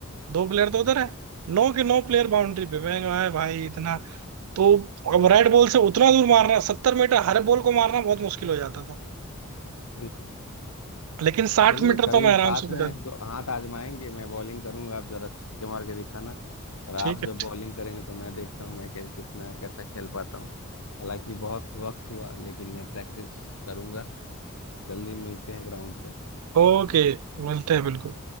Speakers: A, on the right; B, on the left.
A: दो प्लेयर तो उधर है नौ के नौ प्लेयर बाउंड्री पे मैं कहा भाई इतना तो अब राइट बॉल से उतना दूर मारना सत्तर मीटर हर बॉल को मारना बहुत मुश्किल हो जाता था
B: बिल्कुल
A: लेकिन साठ
B: चलिए
A: मीटर
B: कभी
A: तो मैं आराम
B: साथ
A: से बता
B: में दो हाथ आजमाएंगे मैं बॉलिंग करूंगा आप जरा छक्के मार के दिखाना और आप
A: ठीक है
B: जब बॉलिंग करेंगे तो मैं देखता हूँ मैं कै- कितना कैसा खेल पाता हूँ हालांकि बहुत वक्त हुआ लेकिन मैं प्रैक्टिस करूंगा जल्दी मिलते हैं ग्राउंड पे
A: ओके मिलते हैं बिल्कुल